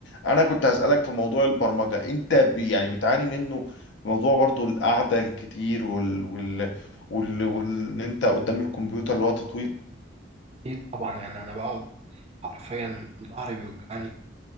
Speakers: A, on the left (about 75°); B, on the right (about 35°).
A: انا كنت هسألك في موضوع البرمجة انت بي يعني بتعاني منه موضوع برضو القعدة الكتير وال وال وال وان انت قدام الكمبيوتر لوقت طويل
B: اكيد طبعا يعني انا بقعد حرفيا ظهري بيوجعني